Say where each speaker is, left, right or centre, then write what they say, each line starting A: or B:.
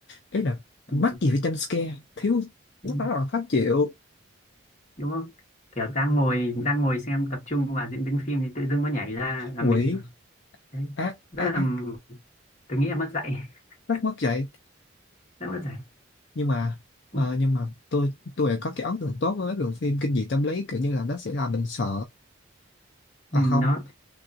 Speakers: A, on the left; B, on the left.
A: ý là
B: ừ,
A: mắc gì phải jump scare thiếu
B: ừ,
A: lúc đó là khó chịu
B: đúng không kiểu đang ngồi đang ngồi xem tập trung vào diễn biến phim thì tự dưng có nhảy ra là
A: quỷ
B: mình đấy
A: ác
B: rất
A: ác
B: là
A: ác
B: tôi nghĩ là mất dạy <laughs>
A: rất mất dạy
B: rất mất dạy
A: nhưng mà
B: ừ,
A: ờ, nhưng mà tôi tôi lại có cái ấn tượng tốt với mấy bộ phim kinh dị tâm lý kiểu như là nó sẽ làm mình sợ à
B: ừ,
A: không
B: nó